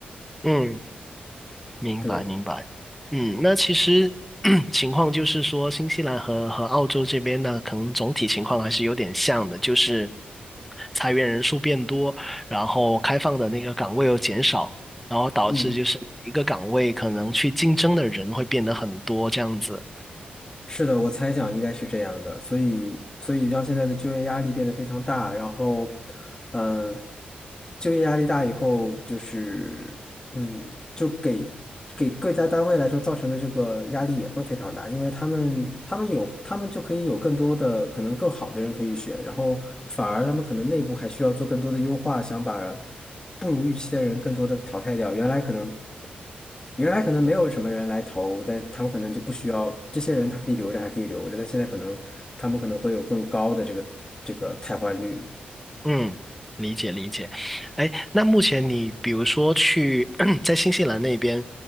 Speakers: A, in the centre; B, on the left.
A: 嗯，明白明白。
B: 对，
A: 嗯，那其实 <clears throat> 情况就是说，新西兰和和澳洲这边呢，可能总体情况还是有点像的，就是裁员人数变多，然后开放的那个岗位又减少，然后导致就是每一个岗位可能去竞争的人会变得很多这样子。
B: 嗯，是的，我猜想应该是这样的，所以，所以让现在的就业压力变得非常大，然后，嗯，就业压力大以后，就是嗯，就给给各家单位来说造成的这个压力也会非常大，因为他们他们有他们就可以有更多的可能更好的人可以选，然后反而他们可能内部还需要做更多的优化，想把不如预期的人更多的淘汰掉。原来可能原来可能没有什么人来投，但他们可能就不需要这些人，他可以留着还可以留着，但现在可能他们可能会有更高的这个这个汰换率。
A: 嗯，理解理解。哎，那目前你比如说去 <clears throat> 在新西兰那边，